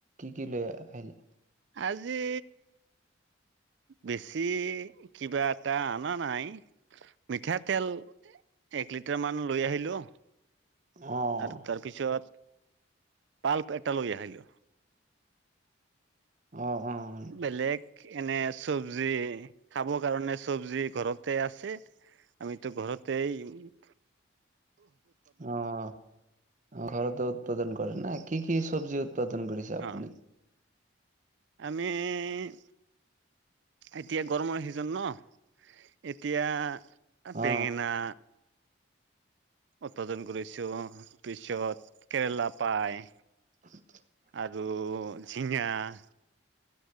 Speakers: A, on the right; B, on the right.
A: কি কি লৈ আহিলে।
B: আজি বেছি কিবা এটা অনা নাই মিঠাতেল- এক লিটাৰ মান লৈ আহিলো
A: অ',
B: আৰু তাৰপিছত- তাৰপিছত পালক এটা লৈ আহিল।
A: অঁ অঁ
B: বেলেগ এনে চব্জি। খাব কাৰণে চব্জি ঘৰতে আছে আমিটো ঘৰতেই ই
A: অহঁ অঁ ঘৰটো উৎপাদন কৰে ন কি কি চব্জি উৎপাদন কৰিছে আপুনি?
B: অ আমি- এতিয়া গৰমৰ চিজন ন এতিয়া আঁ
A: অ
B: বেঙেনা- উৎপাদন কৰিছোঁ তাপিছত কেৰেলা পাই।
A: <unintelligible>
B: আৰু ঝিঙাহ।